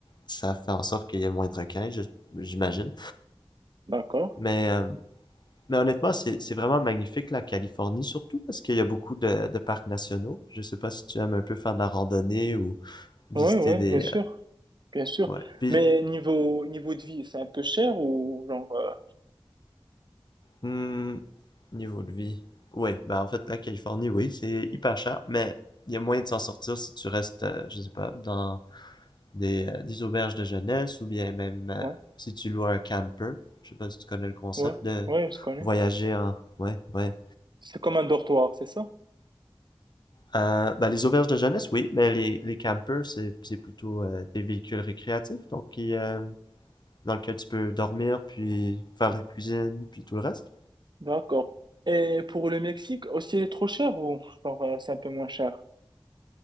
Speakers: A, on the left; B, on the right.
A: ça fait en sorte qu'il y ait moins de requins, je- j'imagine.
B: d'accord.
A: Mais, euh, mais honnêtement, c'est, c'est vraiment magnifique, la Californie, surtout parce qu'il y a beaucoup de, de parcs nationaux. Je sais pas si tu aimes un peu faire de la randonnée ou visiter
B: Ouais, ouais,
A: des...
B: bien sûr, bien sûr.
A: euh, ouais. Puis,
B: Mais niveau, niveau de vie, c'est un peu cher ou genre, euh,
A: Mmh, niveau de vie. Oui, ben en fait, la Californie, oui, c'est hyper cher, mais il y a moyen de s'en sortir si tu restes, euh, je sais pas, dans des, euh, des auberges de jeunesse ou bien même euh,
B: ouais,
A: si tu loues un camper. Je sais pas si tu connais le concept
B: ouais,
A: de
B: ouais, je connais.
A: voyager en... Ouais, ouais.
B: C'est comme un dortoir, c'est ça?
A: Euh, ben, les auberges de jeunesse, oui, mais les, les campers, c'est c'est plutôt euh, des véhicules récréatifs, donc qui, euh, dans lequel tu peux dormir, puis faire la cuisine, puis tout le reste.
B: D'accord. Et pour le Mexique, aussi, il est trop cher ou genre, euh, c'est un peu moins cher?